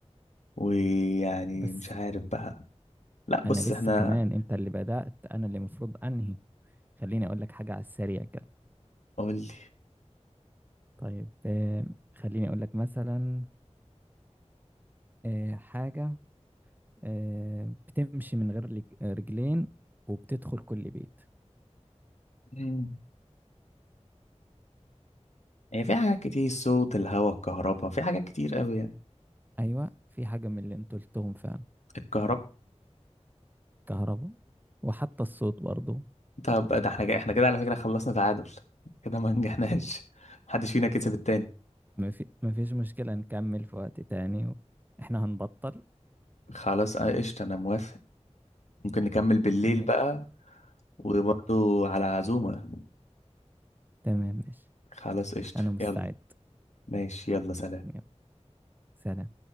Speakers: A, on the left; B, on the right.
A: ويعني
B: بس
A: مش عارف بقى لا بص
B: أنا لسه
A: احنا
B: كمان أنت اللي بدأت أنا اللي المفروض أنهي خليني أقول لك حاجة على السريع كده
A: قول لي
B: طيب آه خليني أقول لك مثلا آه حاجة آه بتمشي من غير لج- رجلين وبتدخل كل بيت
A: مم. هي في حاجات كتير صوت الهواء الكهرباء في حاجات كتير قوي يعني
B: أيوة في حاجة من اللي أنتوا قلتهم فعلا
A: الكهرباء
B: كهرباء وحتى الصوت برضو
A: طب ده احنا جاي احنا كده على فكرة خلصنا تعادل كده ما نجحناش <laughs> محدش فينا كسب التاني
B: ما في ما فيش مشكلة نكمل في وقت تاني و... احنا هنبطل
A: خلاص اه، قشطة انا موافق ممكن نكمل بالليل
B: ماشي
A: بقى وبرضو على عزومة
B: تمام ماشي
A: خلاص قشطة
B: أنا مستعد
A: يلا ماشي يلا سلام
B: يلا سلام